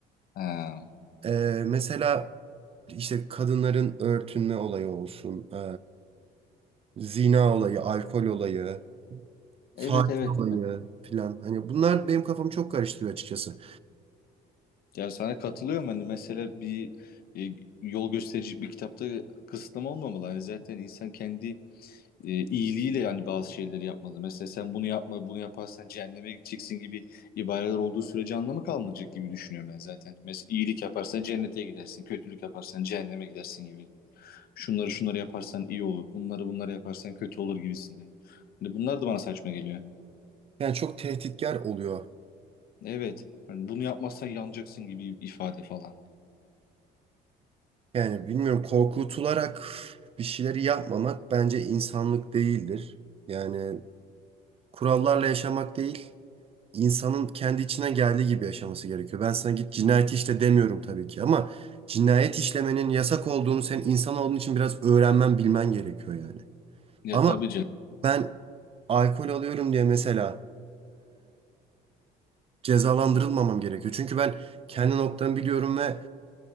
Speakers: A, on the left; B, on the right.
A: Ha.
B: E, mesela işte kadınların örtünme olayı olsun, e, zina olayı, alkol olayı.
A: Evet
B: Faiz
A: evet.
B: olayı filan. Hani bunlar benim kafamı çok karıştırıyor açıkçası.
A: Ya sana katılıyorum hani mesela bir e, yol gösterici bir kitapta kısıtlama olmamalı. Hani zaten insan kendi e, iyiliğiyle yani bazı şeyleri yapmalı. Mesela sen bunu yapma, bunu yaparsan cehenneme gideceksin gibi ibareler olduğu sürece anlamı kalmayacak gibi düşünüyorum ben zaten. Mesela iyilik yaparsan cennete gidersin, kötülük yaparsan cehenneme gidersin gibi. Şunları şunları yaparsan iyi olur, bunları bunları yaparsan kötü olur gibisinden. Hani bunlar da bana saçma geliyor.
B: Yani çok tehditkar oluyor.
A: Evet. Hani bunu yapmazsan yanacaksın gibi ifade falan.
B: Yani bilmiyorum korkutularak bir şeyleri yapmamak bence insanlık değildir. Yani kurallarla yaşamak değil, insanın kendi içine geldiği gibi yaşaması gerekiyor. Ben sana git cinayet işle demiyorum tabii ki ama cinayet işlemenin yasak olduğunu sen insan olduğun için biraz öğrenmen bilmen gerekiyor yani.
A: Ya
B: Ama
A: tabii canım.
B: ben alkol alıyorum diye mesela cezalandırılmamam gerekiyor. Çünkü ben kendi noktamı biliyorum ve